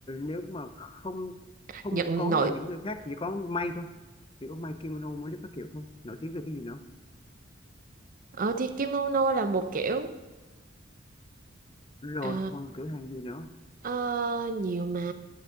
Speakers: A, on the left; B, on the right.
A: nếu mà không không
B: Nhật nội
A: có ở những nơi khác chỉ có may thôi, chỉ có may kimono mới các kiểu thôi. Nổi tiếng về cái gì nữa?
B: ờ, thì kimono là một kiểu
A: rồi
B: ờ,
A: còn cửa hàng gì nữa
B: ờ, nhiều mà